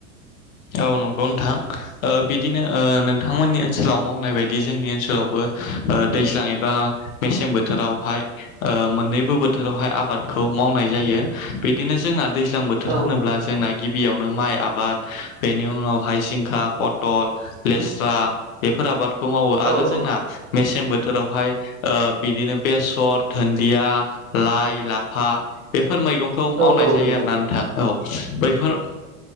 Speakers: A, on the left; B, on the right.
A: औ नंगौ नोंथां ओ बिदिनो ओ नोंथांमोननि ओनसोलाव मावनाय बायदि जोंनि ओनसोलावबो दैज्लां एबा मेसें बोथोरावहाय ओ मोननैबो बोथोरावहाय आबादखौ मावनाय जायो बिदिनो जोंना दैज्लां बोथोर
B: औ
A: होनोब्ला
B: औ
A: जोंना गिबियावनो माइ आबाद बेनि <unintelligible> पटल लेस्रा बेफोर आबादखौ मावो आरो
B: औ
A: जोंना
B: औ
A: मसें बोथोर बोथोराव हाय ओ बिदिनो बेसर धोन दिया लाइ लाफा बेफोर मैगंखौ मावनाय
B: औ औ
A: जायो
B: नंगौ
A: आरो ना नोंथां औ। बैफोर